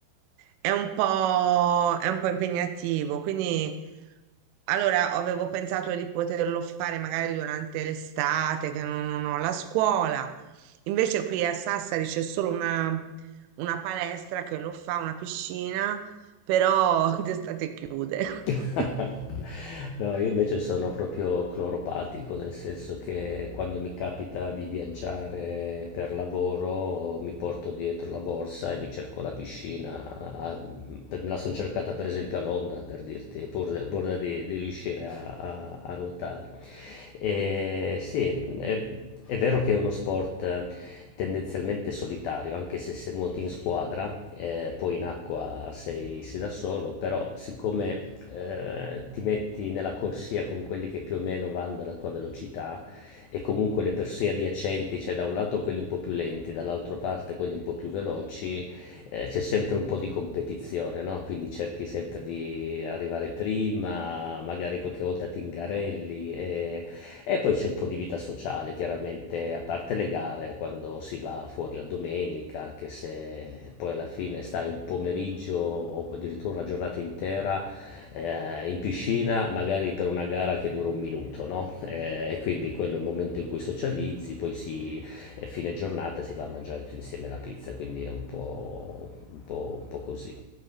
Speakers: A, on the right; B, on the left.
A: è un po', è un po' impegnativo, quindi allora avevo pensato di poterlo fare magari durante l'estate, che non, non ho la scuola. Invece qui a Sassari c'è solo una, una palestra che lo fa, una piscina, però <laughs> d'estate chiude.
B: <laughs>
A: <laughs>
B: No, io invece sono proprio cloropatico, nel senso che quando mi capita di viaggiare per lavoro mi porto dietro la borsa e mi cerco la piscina. a- per- Me la sono cercata per esempio a Londra, per dirti, pur, pur di, di riuscire a, a- a nuotare. E sì, e è vero che è uno sport eh, tendenzialmente solitario, anche se se nuoti in squadra, eh, poi in acqua sei, sei da solo, però siccome eh, ti metti nella corsia con quelli che più o meno vanno alla tua velocità e comunque le corsie adiacenti, cioè da un lato quelli un po' più lenti, dall'altra parte quelli un po' più veloci, eh, c'è sempre un po' di competizione, no? Quindi cerchi sempre di arrivare prima, magari qualche volta ti ingarelli e e poi c'è un po' di vita sociale, chiaramente, a parte le gare, quando si va fuori la domenica, anche se poi alla fine stai un pomeriggio o addirittura una giornata intera eh, in piscina, magari per una gara che dura un minuto, no? Eh, e quindi quello è il momento in cui socializzi, poi si, eh, fine giornata si va a mangiare tutti insieme la pizza, quindi è un po', un po', un po' così.